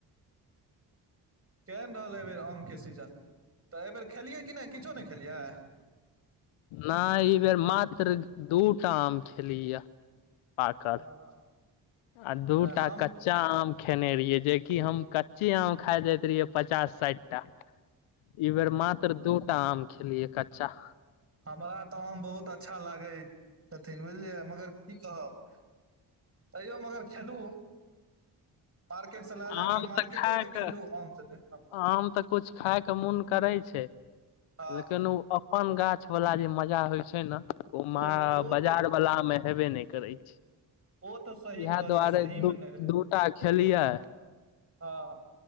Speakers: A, on the right; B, on the left.
A: केहेन रहल एहिबेर आमके सीजन तऽ एहिबेर खेलियै कि नहि किछो नै खेलियै
B: नाइ ई बेर मात्र दूटा आम खेलियऽ पाकल
A: नहि
B: आ दूटा
A: हम
B: कच्चा आम खेने रहियै जेकि हम कच्चे आम खा जाइत रहियै पचास-साइठ टा ई बेर मात्र दुटा आम खेलियै कच्चा
A: हमरा तऽ आम बहुत अच्छा लागै छथिन बुझलियै मगर की कहब तैयो मगर खेलू मार्केट से लए लए
B: आम
A: क मार्केटो
B: तऽ खाय
A: के
B: कऽ
A: खेलू आम छथिन हँ
B: आम तऽ कुछ खायइके मुन करै छै,
A: ओ
B: लेकिन उ अपन गाछ वला जे मजा होइ छै न ओ महा
A: नहि ओ
B: बाजार
A: तऽ
B: वला में हेबे नै करै छै।
A: ओ तऽ सही
B: इहै
A: कहलियै
B: दुआरे
A: सही
B: दू
A: मे नहि रहै छै
B: दूटा खेलियै
A: हँ।